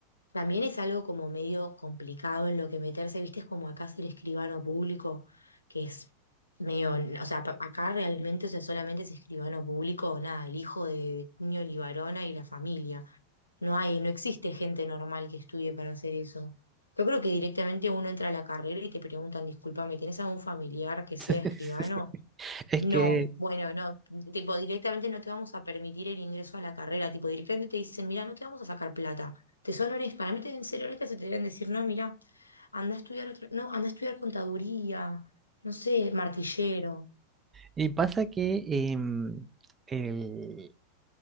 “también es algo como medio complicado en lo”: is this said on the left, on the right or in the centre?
Left